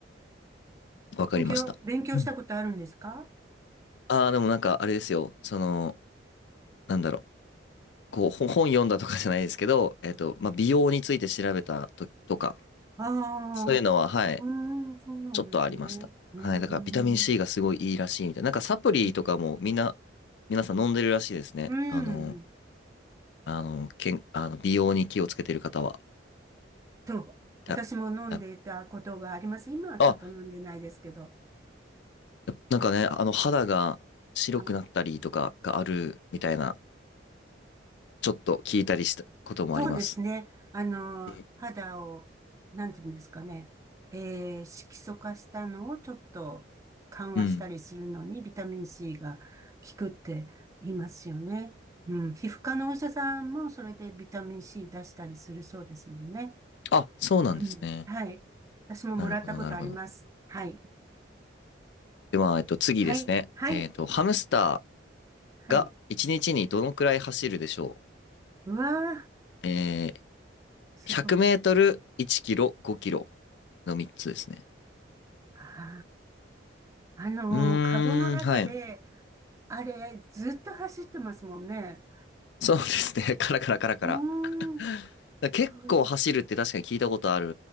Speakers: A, on the left; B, on the right.
A: わかりました。
B: 勉強、勉強したことあるんですか
A: うんああ、でもなんかあれですよ。その、なんだろう。こう、ほ <laughs> 本読んだとかじゃないですけど、えっと、まあ、美容について調べたと、とか、
B: ああ
A: そういうのは、はい、
B: うん、そうなんですね。
A: ちょっとありました。
B: うん、
A: はい、だからビタミン C がすごいいいらしいみたいな。なんかサプリとかもみんな、
B: うん、
A: 皆さん飲んでるらしいですね。
B: うん。
A: あの、あの、けん、あの美容に気をつけてる方は。
B: と、私も飲んでいたことがあります。
A: たあ、
B: 今はちょっと飲んでないですけど。
A: あなんかね、あの肌が白くなったりとかがあるみたいな、
B: あ
A: ちょっと聞いたりしたこともあります。
B: そうですね。あの、
A: うん。
B: 肌を、なんていうんですかね。えー色素化したのをちょっと緩和したりするのにビタミン
A: うん
B: C が効くって言いますよね。うん。皮膚科のお医者さんもそれでビタミン C 出したりするそうですもんね。
A: あ、そうなんですね。
B: うん。はい。私ももらったことあります。
A: なるほど、なるほど。
B: はい。
A: では、えっと、次ですね。
B: はい。はい。
A: えっと、ハムスタ
B: はい。
A: ーが1日にちにどのくらい走るでしょ
B: うわー、
A: うえー、
B: すごい。
A: 100メートル、1キロ、5キロの3つですね。
B: ああ。あのー、
A: うーん、
B: カゴの中で、
A: はい。
B: あれ、ずっと走ってますもんね。
A: そうですね。<laughs> カラカラカラカラ。
B: うー
A: <laughs>
B: ん、
A: だ結構走るって確かに聞いたことある
B: どれだ